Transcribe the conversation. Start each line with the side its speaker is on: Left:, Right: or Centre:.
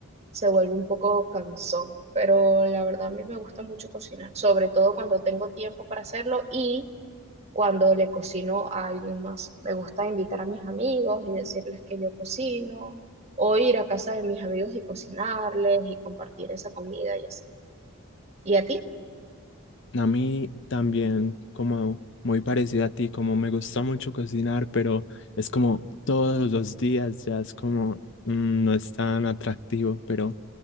Right: se vuelve un poco cansón. Pero la verdad a mí me gusta mucho cocinar, sobre todo cuando tengo tiempo para hacerlo y cuando le cocino a alguien más. Me gusta invitar a mis amigos y decirles que yo cocino o ir a casa de mis amigos y cocinarles y compartir esa comida y así. ¿Y a ti?
Left: A mí también, como muy parecida a ti, como me gusta mucho cocinar, pero es como todos los días, ya es como mm, no es tan atractivo, pero